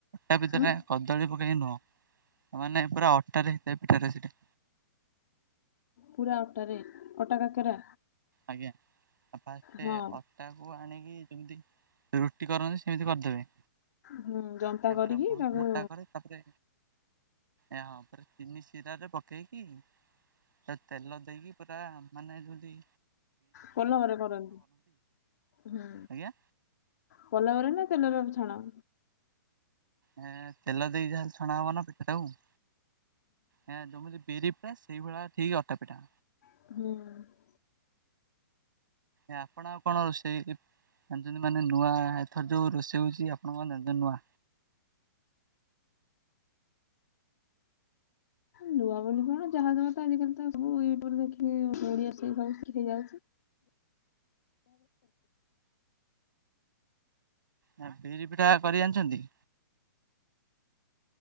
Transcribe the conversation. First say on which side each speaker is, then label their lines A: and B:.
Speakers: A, on the right; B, on the left.
A: କଦଳୀ
B: ହୁଁ
A: ପକେଇକି ନୁହଁ। ମାନେ ପୁରା ଅଟାରେ ହେଇଥାଏ ପିଠାଟା ସେଇଟା।
B: ପୁରା ଅଟାରେ ଅଟା କାକେରା?
A: ଆଜ୍ଞା। ଆ ଫାଷ୍ଟେ
B: ହଁ
A: ଅ ତାକୁ ଆଣିକି ଯେମିତି ରୁଟି କରନ୍ତି ସେମିତି କରିଦେବେ।
B: ହୁଁ ଜନ୍ତା
A: ଏ
B: କରିକି
A: ପୁରା ବହୁତ
B: ତାକୁ
A: ମୋଟା କରେ ତାପରେ ଏ ହଁ ଫେରେ ଚିନି ଶିରାରେ ପକେଇକି ସେରା ତେଲ ଦେଇକି ପୁରା ମାନେ ଯଦି
B: ପଲମରେ କରନ୍ତି। ହୁଁ।
A: ଆଜ୍ଞା
B: ପଲମରେ ନା ତେଲରେ ଆକୁ ଛାଣ?
A: ଏ ତେଲ ଦେଇକି ଯାହେଲେ ଛଣା ହବ ନା ପିଠା ଟାକୁ। ହଁ ଯମିତି ବିରି ପିଠା ସେଇଭଳିଆ ସେଇ ଅଟା ପିଠା।
B: <unintelligible>
A: ଆ ଆପଣ ଆଉ କଣ ରୋଷେଇ ଜାଣିଛନ୍ତି ମାନେ ନୂଆ ଏଥର ଯୋଉ ରୋଷେଇ ହଉଚି ଆପଣ କଣ ଜାଣିଛନ୍ତି ନୂଆ?
B: ନୂଆ ବୋଲି କଣ ଯାହା ଦବ ତ ଆଜିକାଲି ତ ସବୁ ୟୁଟୁବ୍ ରେ ଦେଖିକି <unintelligible> ହେଇ ଯାଉଚି।
A: ଆଉ ବିରି ପିଠା କରି ଜାଣିଛନ୍ତି?